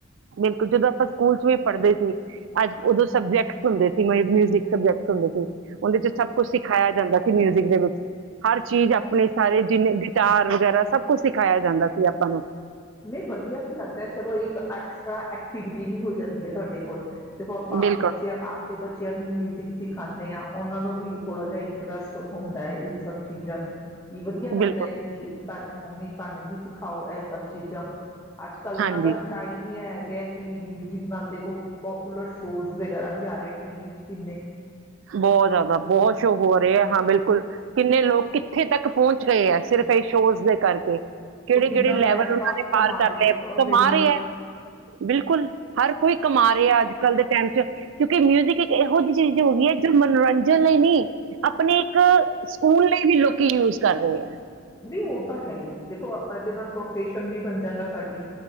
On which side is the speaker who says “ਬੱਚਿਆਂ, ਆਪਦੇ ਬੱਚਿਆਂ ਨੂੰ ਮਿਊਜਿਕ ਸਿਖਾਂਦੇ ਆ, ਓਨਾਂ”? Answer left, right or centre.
Left